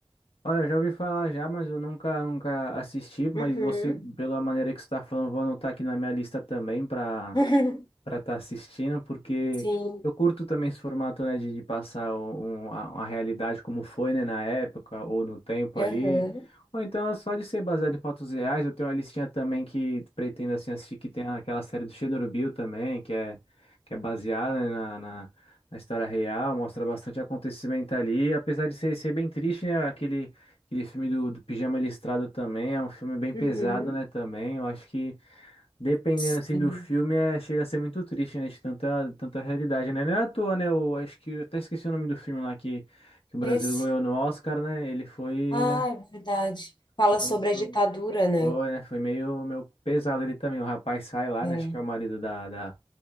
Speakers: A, on the left; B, on the left.
A: Olha, eu já ouvi falar já, mas eu nunca, nunca assisti. Mas
B: Uhum.
A: você, pela maneira que você está falando, vou anotar aqui na minha lista também para
B: <laughs>
A: para estar assistindo, porque
B: Sim.
A: eu curto também esse formato, né, de, de passar um- a, a realidade como foi, né, na época ou no tempo
B: Uhum.
A: ali. Ou então, só de ser baseado em fatos reais, eu tenho uma listinha também que pretendo, assim, assistir, que tem aquela série do Chernobyl também, que é, que é baseada, né, na, na, na história real, mostra bastante acontecimento ali, apesar de ser, ser bem triste, né, aquele, aquele filme do, do Pijama Listrado também, é um filme bem pesado,
B: Uhum.
A: né, também, eu acho que Dependendo
B: Sim.
A: assim do filme, é, chega a ser muito triste, né? De tanta, tanta realidade, né? Não é à toa, né? Eu acho que eu até esqueci o nome do filme lá que, que o Brasil
B: Esse.
A: ganhou no Oscar, né? Ele foi,
B: Ah,
A: né?
B: é verdade. Fala
A: Foi,
B: sobre a
A: foi-
B: ditadura, né?
A: foi, né? Foi meio, meio pesado ele também. O rapaz sai lá,
B: É.
A: né? Acho que é o marido da, da,